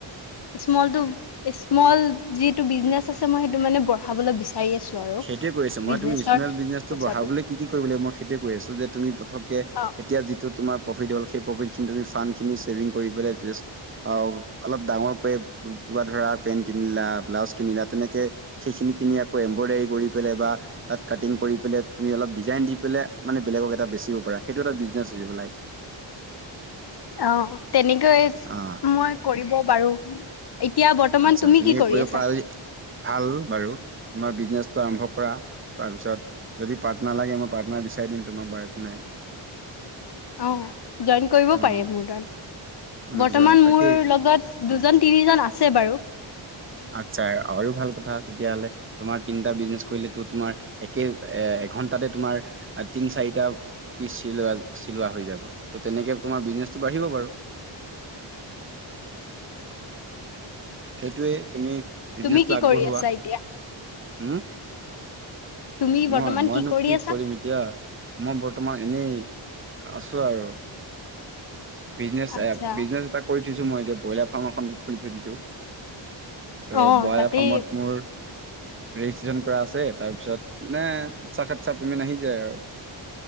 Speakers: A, on the left; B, on the right.
A: স্মলটো স্মল যিটো বিজনেচ আছে মই সেইটো মানে বঢ়াবলৈ বিচাৰো। চাই আছো আৰু।
B: সেইতোয়ে কৈ আছো
A: বিজনেচৰ
B: মই স্মল বিজনেছটো
A: পইচাটো
B: বঢ়াবলৈ কি কি কৰিব লাগে মই সেইতোয়ে কৈ আছো যে তুমি প্ৰথমকে
A: অ
B: এতিয়া যি,,, ত তোমাৰ প্ৰিফত হ'ল সেই প্ৰফিত ফান খিনী ছেভিং কৰি পেলাই- অলপ ডাঙৰ কিবা ধৰা পেণ্ট কিনিলা ব্লাউজ কিনিলা তেনেকে সেইখিনি কিনি আকৌ এম্ব্ৰইডাৰী। কৰি পেলাই বা তাত কাটিং কৰি পেলাই তুমি অলপ ডিজাইন দি পেলাই,,, মানে বেলেগক এটা বেচিব পাৰা সেইটো এটা বিজনেচ হৈ যাব লাইক।
A: অঁ তেনেকৈ।
B: অঁ!
A: মই কৰিব পাৰো। এতিয়া বৰ্তমান
B: আচ্ছা
A: তুমি
B: তেনেকে
A: কি কৰি
B: কৰিব
A: আছা?
B: পৰা যদি ভাল বাৰু তোমাৰ বিজনেচটো আৰম্ভ কৰা তাৰপিছত,,, যদি পাৰ্টনাৰ লাগে মই পাৰ্টনাৰ বিচাৰি দিম তোমাক বাৰু একো নাই।
A: অঁ জইন কৰিব
B: অ'
A: পাৰে মোৰ তাত।
B: উম,
A: বৰ্তমান
B: তাকেই
A: মোৰ লগত দুজন তিনি জন আছে বাৰু।
B: আচ্ছা আৰু ভাল কথা তেতিয়া হ'লে। তোমাৰ তিনিটা বিজনেছ কৰিলে টো তোমাৰ একে এ এঘন্টাতে তোমাৰ তিন চাৰিটা। পিছ চিলোৱা চিলোৱা হৈ যাব ত তেনেকে তোমাৰ বিজনেচটো বাঢ়িব বাৰু। সেইটোয়ে তুমি বিজনেচটো
A: তুমি কি
B: আগবঢ়োৱা
A: কৰি আছা এতিয়া?
B: হুম
A: তুমি বৰ্তমান
B: মই মইনো
A: কৰি
B: কি
A: আছা?
B: কৰিম এতিয়া মই বৰ্তমান এনেই আছো আৰু বিজনেচ
A: আচ্ছা
B: এ বিজনেছ এটা কৰি থৈছো মই এতিয়া ব্ৰইলাৰ ফাৰ্ম এখন খুলি থৈ দিছো। ত'
A: অ'
B: বায়'
A: তাতেই
B: ফমত মোৰ ৰেজিষ্ট্ৰচন কৰা আছে তাৰ পিছত মানে অতচা সচছা পেমেণ্ট আহি যায় আৰু